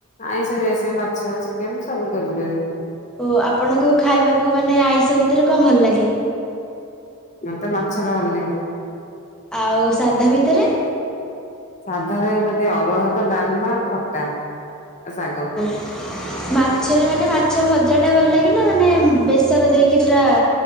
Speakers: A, on the left (about 35°); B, in the centre.
A: ଆଇଁଷ ଭିତରେ ମାଛ ମାଛ ଚିକେନ ସବୁ କରିଦେବୀ।
B: ଓ ଆପଣଙ୍କୁ ଖାଇବାକୁ ମାନେ ଆଇଁଷ ଭିତରେ କଣ ଭଲ ଲାଗେ?
A: ମତେ ମାଛ ଟା ଭଲ ଲାଗେ।
B: ଆଉ ସାଧା ଭିତରେ?
A: ସାଧାରେ ମତେ ଅରୁଆ ହାତ ଡାଲମା ଖଟା ଶାଗ।
B: ହ <unintelligible> ମାଛରେ ମାନେ ମାଛ ଭଜା ଟା ଭଲ ଲାଗେ ନା ମାନେ ବେସର ଦେଇକି ପୁରା